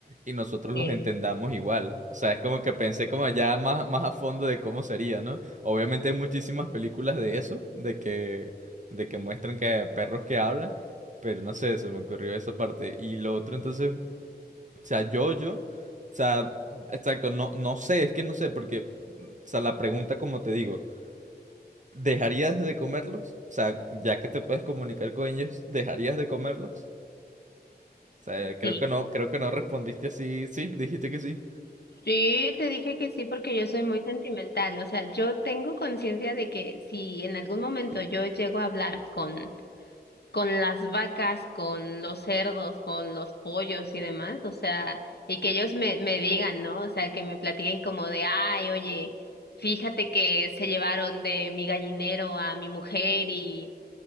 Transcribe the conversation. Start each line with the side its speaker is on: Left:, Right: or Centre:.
Right: y nosotros
Left: Eh,
Right: los entendamos igual. O sea, es como que pensé como ya más, más a fondo de cómo sería, ¿no? Obviamente hay muchísimas películas de eso, de que, de que muestran que hay perros que hablan, pero no sé, se me ocurrió esa parte. Y lo otro, entonces, o sea, yo, yo, o sea, exacto, no, no sé, es que no sé, porque, o sea, la pregunta, como te digo, ¿dejarías de comerlos? O sea, ya que te puedes comunicar con ellos, ¿dejarías de comerlos? O sea, creo
Left: sí.
Right: que no, creo que no respondiste así. Sí, dijiste que sí.
Left: Sí, te dije que sí porque yo soy muy sentimental, o sea, yo tengo conciencia de que si en algún momento yo llego a hablar con con las vacas, con los cerdos, con los pollos y demás, o sea, y que ellos me me digan, ¿no? O sea, que me platiquen como de, "Ay, oye, fíjate que se llevaron de mi gallinero a mi mujer y